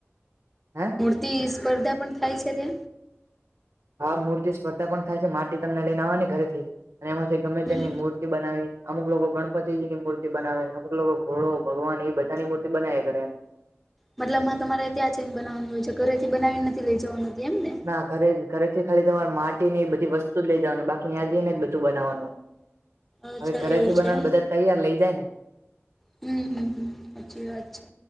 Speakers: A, on the right; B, in the centre.
A: હે.
B: તે સ્પર્ધા પણ થાય શકે.
A: હા, મૂર્તિ સ્પર્ધા પણ થાય છે, માટી તમને લઈને આવવાની ઘરે થી, અને એમાંથી ગમે
B: હમ
A: તેની મૂર્તિ બનાવી. અમુક લોકો ગણપતિજી ની મૂર્તિ બનાવે, અમુક લોકો ઘોડો ભગવાન એ બધાની મૂર્તિ બનાવી કરે.
B: મતલબ માં તમારે ત્યાં છેને, બનાવાનું હોય છે, ઘરેથી બનાવીને નથી લઇ જવાનું એમ ને.
A: ના, ઘરે-ઘરે થી ખરીર માટી ની બધી વસ્તુ જ લઈ જવાની, બાકી ત્યાં જઈને બધું બનાવવાનું.
B: અચ્છા
A: હવે ઘરેથી
B: એવું
A: બનાવવાનું,
B: છે
A: બધા તૈયાર લઇ જાય ને.
B: હમ્મ, હમ્મ સાચી વાત છે,